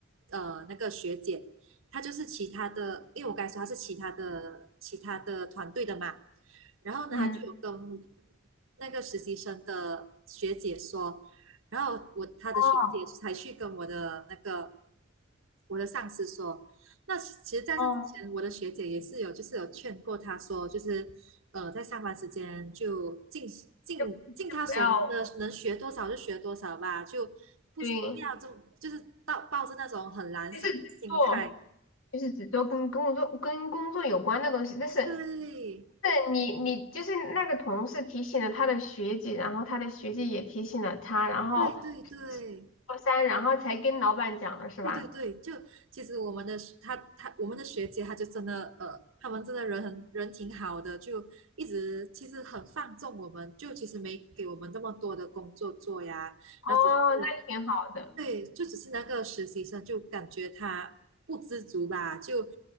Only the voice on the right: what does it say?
呃那个学姐，她就是其他的，因为我刚才说她是其他的其他的团队的嘛。然后呢，
他就有跟那个实习生的学姐说，然后我他的学姐才去跟我的那个
我的上司说，那其实在这之前，
我的学姐也是有就是有劝过他说，就是呃在上班时间就尽尽尽他所能的，
能学多少就学多少吧，就不不要就就是抱抱着那种很懒散的心态，
对
对对对。
对对对，就其实我们的他他我们的学姐，她就真的呃，他们真的人很人挺好的，就一直其实很放纵我们，就其实没给我们这么多的工作做呀，
然后只是
对，就只是那个实习生就感觉他不知足吧，就